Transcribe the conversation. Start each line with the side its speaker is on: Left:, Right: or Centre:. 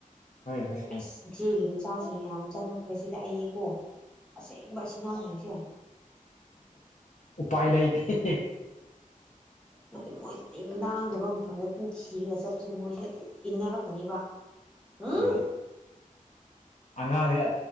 Left: ꯍꯣꯏ ꯍꯣꯏ
Centre: ꯊ
Left: ꯍꯣꯏ
Centre: ꯆꯆꯥꯁꯤꯡ ꯌꯥꯝ ꯆꯪꯉꯛꯈ꯭ꯔꯦ ꯁꯤꯗ ꯑꯩꯀꯣ ꯑꯁꯦꯡꯕ ꯑꯁꯤꯉꯥꯡꯁꯤꯡꯁꯦ
Left: ꯎꯄꯥꯥꯏ ꯂꯩ ꯏꯇ
Centre: ꯑꯗꯨꯗ ꯃꯣꯏꯁꯦ ꯑꯩ ꯂꯥꯡꯗꯕ ꯃꯐꯝꯗ ꯑꯗꯨꯝ ꯊꯤꯔꯒ ꯆꯠꯄꯁꯦ ꯃꯣꯏꯁꯦ ꯑꯗꯨꯝ ꯏꯟꯅꯔꯛꯀꯅꯤꯕ ꯎꯝ
Left: ꯍꯥꯏ ꯑꯉꯥꯡꯅꯦ